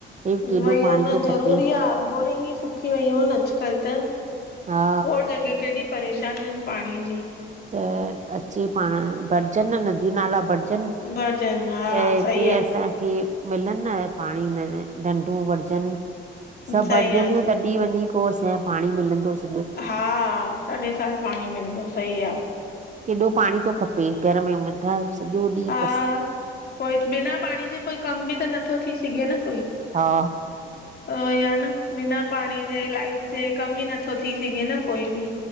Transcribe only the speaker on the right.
हे
केॾो
पाणी
थो
खपे
हा
त अचे पाण, भरजनि न नदियूं नाला भरज अचनि,
त हिते
असांखे मिलनि न पाणी न डंडूं भरजनि, सभु
भरजंदियूं
तॾीं वञी पोइ असांएं पाणी मिलंदोस
केॾो पाणी थो खपे घर में, ॿुधायो सॼो ॾींहुं
बस
हा